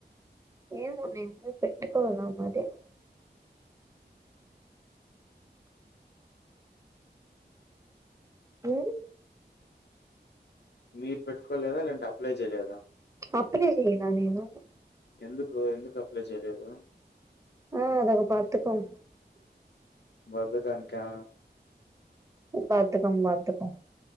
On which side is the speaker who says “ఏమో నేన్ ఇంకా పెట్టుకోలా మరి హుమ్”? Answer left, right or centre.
Right